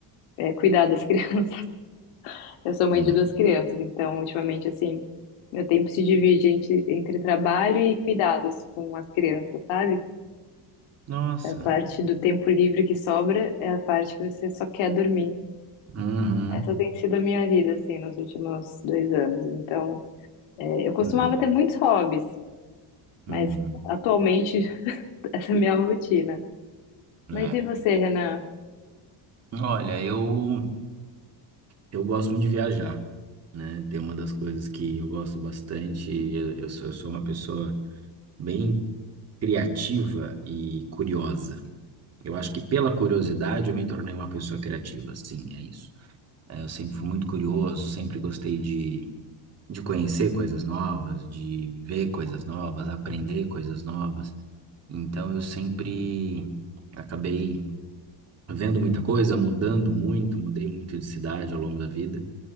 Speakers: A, on the left; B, on the right.
A: é, cuidar das <laughs> crianças. Eu sou mãe
B: Hum.
A: de duas crianças, então ultimamente assim, meu tempo se divide entre, entre trabalho e cuidados com as crianças, sabe?
B: Nossa.
A: A parte do tempo livre que sobra é a parte que você só quer dormir.
B: Uhum.
A: Essa tem sido a minha vida, assim, nos últimos dois anos. Então, é, eu costumava
B: Né?
A: ter muitos hobbies,
B: Uhum.
A: mas atualmente <laughs> essa é a minha rotina.
B: É.
A: Mas e você, Renan?
B: Olha, eu, eu gosto muito de viajar, né? Tem uma das coisas que eu gosto bastante, eu, eu sou, eu sou uma pessoa bem criativa e curiosa. Eu acho que pela curiosidade eu me tornei uma pessoa criativa, sim, é isso. É, Eu sempre fui muito curioso, sempre gostei de, de conhecer coisas novas, de ver coisas novas, aprender coisas novas. Então eu sempre acabei vendo muita coisa, mudando muito, mudei muito de cidade ao longo da vida.